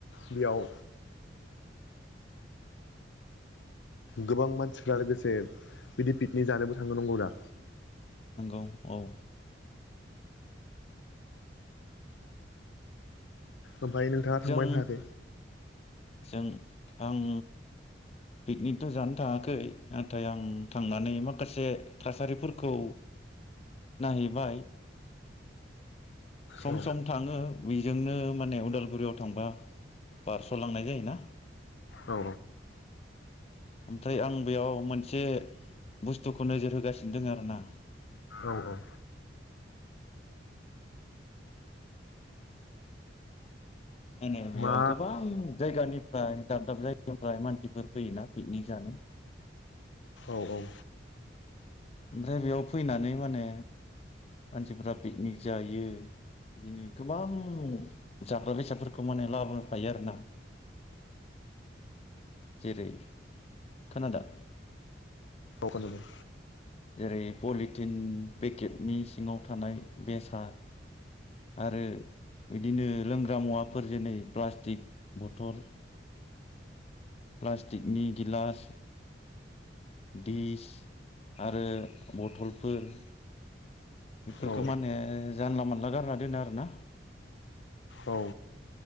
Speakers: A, on the left (about 80°); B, on the left (about 35°).
A: बेयाव गोबां मानसिफ्रा लोगोसे बिदि पिकनिक जानोबो थांगनो नांगौ दा
B: औ औ
A: ओमफाय नोंथाङा थांबायानो
B: जों
A: थायाखै?
B: जों आं पिकनिकथ' जानो थाङाखै नाथाय आं थांनानै माखासे थासारिफोरखौ नायहैबाय सम
A: औ
B: सम थाङो बेजोंनो माने उदालगुरियाव थांबा बारस' लांनाय जायोना
A: औ
B: ओमफ्राय आं बेयाव मोनसे बुस्थुखौ नोजोर होगासिनो दङ आरोना
A: औ औ
B: ए बेयाव
A: मा
B: गोबां जायगानिफ्राय दाब दाब जायगानिफ्राय मानसिफोर फैयोना पिकनिक जानो
A: औ औ
B: ओमफ्राय बेयाव फैनानै माने मानसिफ्रा पिकनिक जायो बिदिनो गोबां जाग्रा बेसादफोरखौ माने लाबोफायो आरोना जेरै खोनादो
A: खुलुमबाय
B: जेरै पलिटिन पेकेटनि सिङाव थानाय बेसाद आरो बिदिनो लोंग्रा मुवाफोर जेनेरै प्लास्टिक बथल प्लास्टिकनि गिलास दिस आरो बथलफोर बेफोरखौ
A: औ
B: माने जानला मोनला गारना दोनो आरोना
A: औ